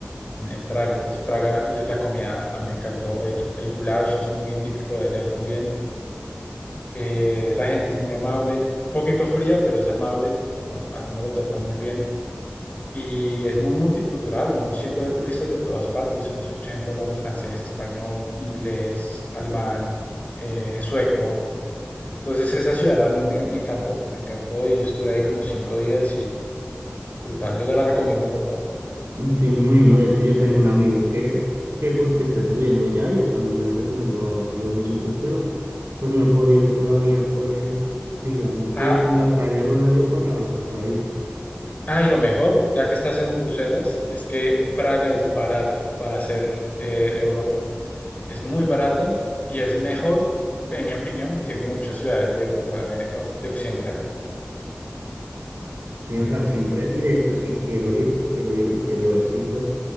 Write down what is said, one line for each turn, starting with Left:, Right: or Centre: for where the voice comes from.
Left: en, en Praga. Entonces, Praga, y la comida a mí me encantó, el, el goulash es muy típico de allá también. Eh, la gente es muy amable, poquito fría, pero es amable, a uno a uno lo trata muy bien. Y es muy multicultural, uno siempre ve turistas de todas partes, uno escucha gente hablando francés, español, inglés, alemán, eh, sueco. Entonces esa ciudad a mí me, me encantó, me encantó y yo estuve ahí como cinco días y brutal, yo te la recomiendo con todo.
Right: Sí, me imagino. De hecho, yo tengo un amigo que, que pues que está estudiando allá y él también me la recomendó a ver si íbamos juntos, pero pues no he podido todavía, pues, digamos
Left: Ah,
Right: que adaptar el horario para, pues, para ir.
Left: Ah, y lo mejor, ya que estás en Bruselas, es que Praga es barata para hacer eh, Europa. Es muy barata y es mejor, en mi opinión, que muchas ciudades de Europa de, oc- de occidental.
Right: Sí, o sea, siempre, y de hecho, si quiero ir, si quiero ir, quiero ver si pues